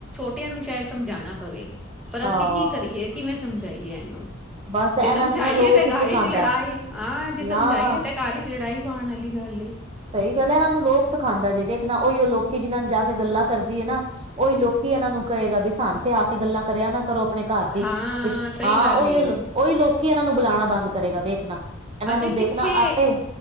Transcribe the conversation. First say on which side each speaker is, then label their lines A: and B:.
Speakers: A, in the centre; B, on the right (about 30°).
A: ਤੇ ਏਨੂੰ ਸ਼ੈਦ ਸਮਝਾਣਾ ਪਵੇ ਪਰ
B: ਹਾਂ
A: ਅਸੀ ਕੀ ਕਰੀਏ ਕਿਵੇਂ ਸਮਝਾਈਏ ਐਨੂੰ।
B: ਬਸ ਇਹਨਾਂ
A: ਜੇ ਸਮਝਾਈਏ
B: ਨੂੰ ਨਾ ਲੋਕ
A: ਤੇ ਘਰ
B: ਹੀ ਸਿਖਾਉਂਦਾ
A: ਇੱਚ ਲੜਾਈ, ਆਂ ਜੇ ਸਮਝਾਈਏ
B: ਨਾ
A: ਤੇ ਘਰ ਇੱਚ ਲੜਾਈ ਪਾਣ ਆਲੀ ਗੱਲ ਏ।
B: ਸਈ ਗੱਲ ਏ, ਐਨਾਂ ਨੂੰ ਲੋਕ ਸਿਖਾਂਦਾ ਜੇ ਵੇਖਣਾ ਔਈਔ ਲੋਕੀ ਜਿਨਾਂ ਨੂੰ ਜਾ ਕੇ ਗੱਲਾਂ ਕਰਦੀ ਏ ਨਾ ਔਈ ਲੋਕੀ ਐਨਾਂ ਨੂੰ ਕਏਗਾ ਵੀ ਸਾਨੂ ਤੇ ਆ ਕੇ ਗੱਲਾਂ ਕਰਿਆ ਨਾ ਕਰੋ ਆਪਣੇ ਘਰ ਦੀ
A: ਹਾਂ ਸਹੀ
B: ਹਾਂ
A: ਗੱਲ
B: ਔਈਔ,
A: ਏ
B: ਔਈ ਲੋਕੀ ਐਨਾਂ ਨੂੰ ਬਲਾਣਾ ਬੰਦ ਕਰੇਗਾ ਵੇਖਣਾ ਐਨਾਂ
A: ਅਜੇ
B: ਨੂੰ ਦੇਖਣਾ
A: ਪਿੱਛੇ
B: ਆਪੇ